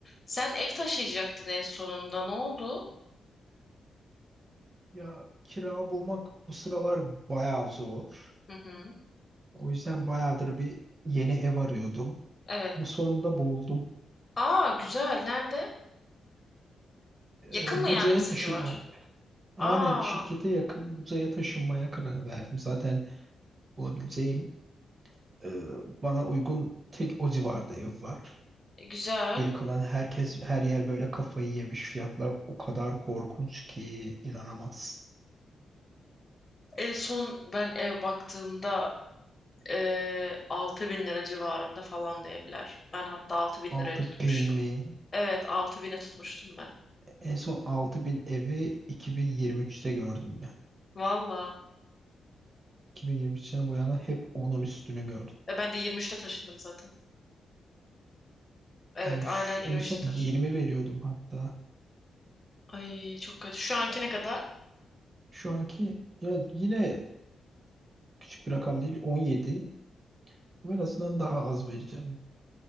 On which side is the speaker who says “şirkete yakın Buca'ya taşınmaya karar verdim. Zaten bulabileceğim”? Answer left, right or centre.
Right